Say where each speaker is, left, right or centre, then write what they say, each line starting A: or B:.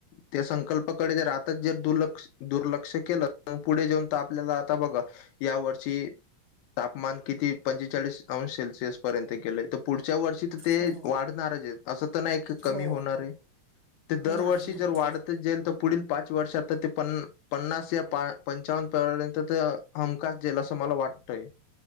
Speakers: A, on the left; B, on the right.
A: त्या संकल्पाकडे जर आताच जर दुर्लक्ष दुर्लक्ष. लक्ष केलं पुढे जाऊन आपल्याला आता बघा या वर्ष तापमान किती पंचेचाळीस अंश सेल्सिअस पर्यंत गेलंय तर पुढच्या वर्षी ते
B: हो,
A: वाढणारच आहे अस तर नाही कमी
B: हो.
A: होणार आहे ते दरवर्षी
B: नाही, नाही.
A: जर वाढतच जाईल. पुढील पाच वर्षात ते पण पन्नास या पंचावन्न पपर्यंत हमखास जाईल असं मला वाटतंय.